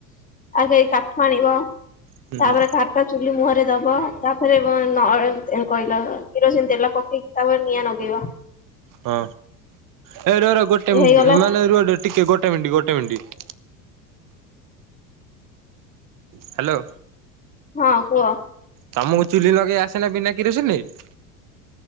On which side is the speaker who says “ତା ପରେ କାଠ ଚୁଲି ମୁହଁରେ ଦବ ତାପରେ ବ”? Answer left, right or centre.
Left